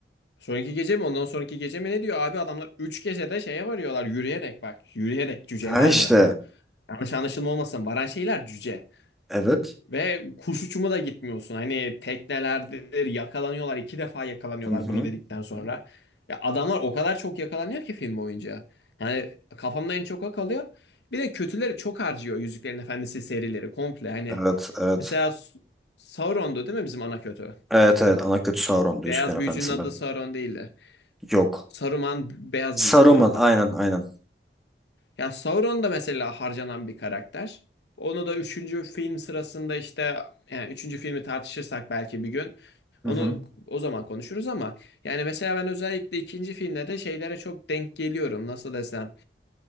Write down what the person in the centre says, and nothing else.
Ha işte.
Evet.
Hı hı.
Hı
hı.
Evet, evet.
Evet, evet. Ana kötü Sauron'du
Yüzüklerin
Efendisi'nde.
Yok.
Saruman,
aynen, aynen.
Hı hı.